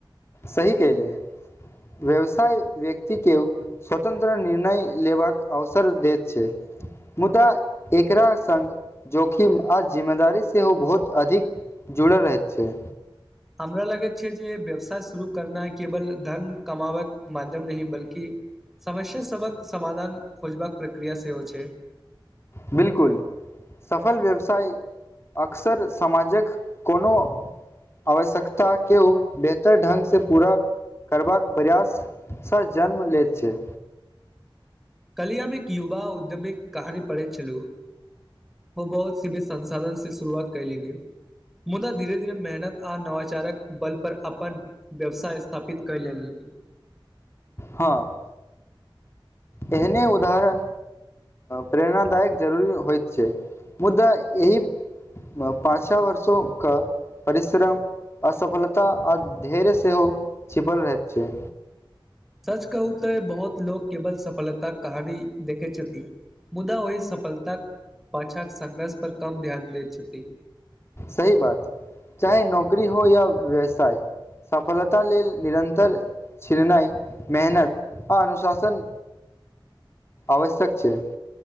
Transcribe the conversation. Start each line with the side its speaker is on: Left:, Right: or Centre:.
Left: सही कहलु व्यवसाय व्यक्ति के स्वतंत्र निर्णय लेबाक अवसर दैत छै मुदा एकरा सङ्ग जोखिम आज जिम्मेदारी सेहो ओ बहुत अधिक जुड़ल रहै छै
Centre: हमरा लगैत छै जे व्यवसाय शुरू करनाइ केवल धन कमाबक माध्यम नहि बल्कि समस्या सभक समाधान खोजबाक प्रक्रिया सेहो छै
Left: बिल्कुल सफल व्यवसाय अक्सर समाजक कोनो आवश्यकता केओ बेहतर ढंगसँ पूरा करबाक प्रयाससँ जन्म लैत छै
Centre: कल्हि हमि एक युवा उद्यमी कहानी पढ़ै छलु ओ बहुत सी भी संसाधन से शुरुआत कर ली मुदा धीरे धीरे मेहनत आ नवाचारक बल पर अपन व्यवसाय स्थापित क लेली
Left: हँ एहने उदाहरण प्रेरणादायक जरूरी होइत छै मुद्दा एहि पाँचाँ वर्षो क परिश्रम असफलता आ धैर्य सेहो छिपल रहैत छै
Centre: सच कहू तऽ बहुत लोक केवल सफलताक कहानी देखै छथि मुदा ओहि सफलताक पाछाँ संघर्ष पर कम ध्यान दैत छथि
Left: सही बात चाहे नौकरी होय या व्यवसाय सफलता लेल निरन्तर छिननाइ मेहनत आ अनुशासन आवश्यक छै